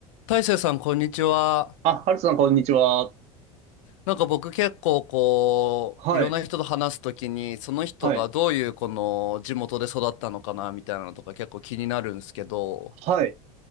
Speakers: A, on the left; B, on the right.
A: 大成さん、こんにちは。
B: あ、ハルさん、こんにちは。
A: なんか僕結構こう、
B: はい、
A: いろんな人と話すときに、その人がどういうこの地元で育ったのかなみたいなのとか結構気になるんですけど、
B: はい、はい、